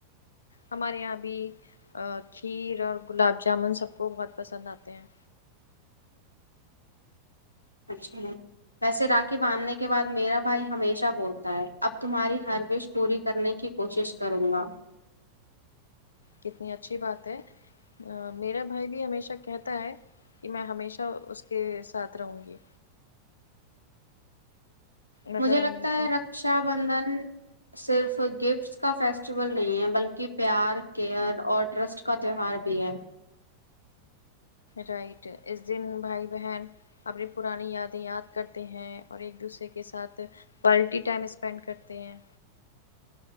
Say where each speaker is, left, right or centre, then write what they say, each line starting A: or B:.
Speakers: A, on the left; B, on the left.
A: ہمارے یہاں بھی کھیر اور گلاب جامن سب کو بہت پسند آتے ہیں
B: اچھا ویسے راکھی باندھنے کے بعد میرا بھائی ہمیشہ بولتا ہے اب تمہاری ہر وش پوری کرنے کی کوشش کروں گا
A: کتنی اچھی بات ہے میرا بھائی بھی ہمیشہ کہتا ہے کہ میں ہمیشہ اس کے ساتھ رہوں گی مطلب
B: مجھے
A: رہوں
B: لگتا
A: گا.
B: ہے رکشا بندھن صرف گفٹ اس کا فیسٹیول نہیں ہے بلکہ پیار کیئر اور ٹرسٹ کا تیوہار بھی ہے
A: رائٹ اس دن بھائی بہن اپنی پرانی یادیں یاد کرتے ہیں اور ایک دوسرے کے ساتھ پالٹی ٹائم اسپینڈ کرتے ہیں